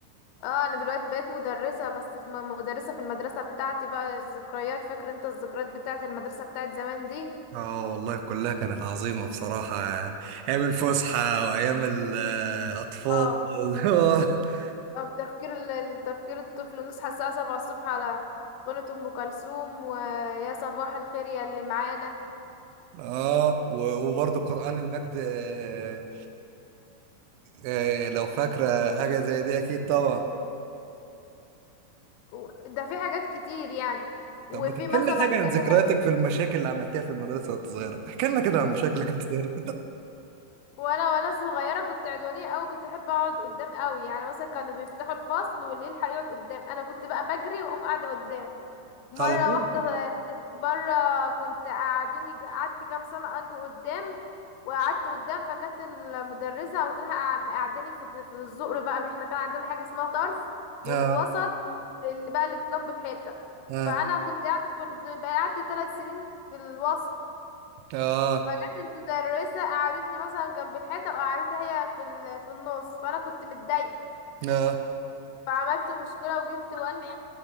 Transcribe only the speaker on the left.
اه أنا دلوقتي بقيت مدرسة بس في م- مدرسة في المدرسة بتاعتي بقى الذكريات فاكر انت الذكريات بتاعت المدرسة بتاعت زمان دي
اه
أو تفكير ال- ال- تفكير الطفل نصحى الساعة سبعة الصبح على قناة أم كلثوم ويا صباح الخير يا اللي معانا
و- ده في حاجات كتير يعني وفي
مثلا
ان
احنا
وانا وانا صغيره كنت عدوانيه قوي كنت بحب اقعد قدام قوي يعني مثلا كانوا بيفتحوا الفصل والليل هيقعد قدام انا كنت بقى بجري واقوم قاعده قدام مره
واحده <laughs> بره كنت قعدوني قعدت كام سنه اجي قدام وقعدت قدام فجت المدرسه وتروح قعداني في في الزقر بقى احنا كان عندنا حاجه اسمها طرف ووسط
واللي بقى اللي جنب الحيطه
فانا كنت قاعده في الد- بقى قعدت ثلاث سنين في الوسط
فجت المدرسة قعدتني مثلا جنب الحيطة وقعدتها هي في ال... في النص فأنا كنت متضايقة
فعملت مشكلة وجبت والدي